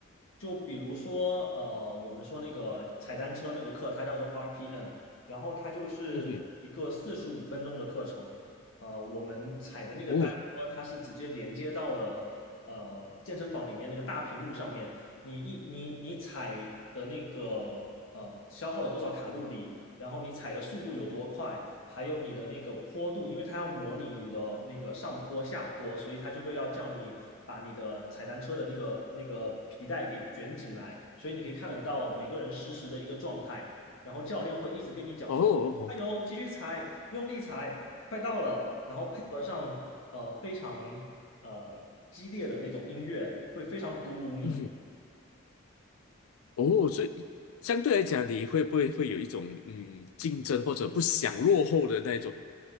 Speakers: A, on the left; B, on the left.
A: 就比如说，呃，我们说那个踩单车那个课，它叫做 RPM，然后它就是一个四十五分钟的课程。
B: 嗯哼，
A: 呃，我们踩的那个单车，
B: 哦
A: 它是直接连接到了呃健身房里面那个大屏幕上面。你一你你踩的那个呃消耗了多少卡路里，然后你踩的速度有多快，还有你的那个坡度，因为它要模拟你的那个上坡、下坡，所以它就会要叫你把你的踩单车的那个那个皮带给卷紧来，所以你可以看得到每个人实时的一个状态，然后教练会一直跟你讲说，
B: 哦哦，哦，
A: 加油，继续踩，用力踩，快到了，然后配合上呃非常呃激烈的那种音乐，会非常鼓舞你。
B: 嗯，哦，所以相对来讲，你会不会会有一种嗯竞争或者不想落后的那种